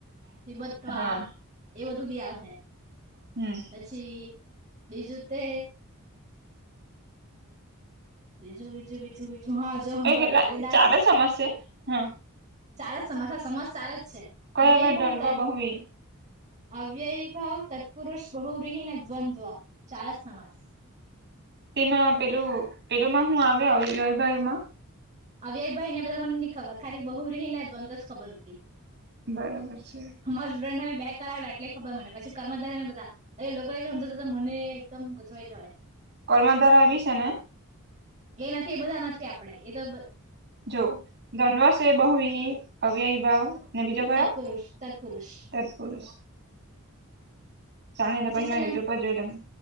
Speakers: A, on the right (about 35°); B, on the right (about 50°).
A: પીબત્વા
B: હા
A: એ બધું બી આવહે.
B: હમ્મ.
A: પછી બીજું તે બીજું બીજું બીજું બીજું હા. જો સાંભળ
B: એ કેટલા
A: કાલિદાસ
B: ચારે સમાસ છે? હમ્મ.
A: સારા સમાસ સમાસ ચાર જ છે
B: કયા
A: અવ્યય
B: કયા
A: ભાવ
B: દંડવા
A: ત
B: બહુવી
A: અવ્યય ભાવ, તત્પુરષ, બહુવ્રિહીને, દ્વંદ્વ, ચાર જ સમાસ.
B: તેમાં પેલું પેલુમાં હું આવે અવ્યયભાવમાં?
A: અવ્યય ભાઈને બધા મને ની ખબર ખાલી બહુવ્રિહી ને દ્વંદ્વ ખબર ઉતી.
B: બરાબર છે.
A: અમારા સ્ટુડન્ટને મેં બે કરાવલા એટલે ખબર મને પછી કર્મધારયને બધાં. અરે લોકો એવું સમજાવતા મને એકદમ ગુચવાઈ જવાય.
B: કર્મધારય વી શેને?
A: એ નથી એ બધાં નથી આપડે એતો બ
B: જો દ્વંદ્વ શે બહુંવ્રિહી, અવ્યવભાવ. ને બીજો કયો
A: તત્પુરુષ તત્પુરુષ
B: તત્પુરૂષ. ચાલની
A: પછી
B: એતો પહી
A: છે ને
B: યુટ્યુબ પર જોઈલેમ.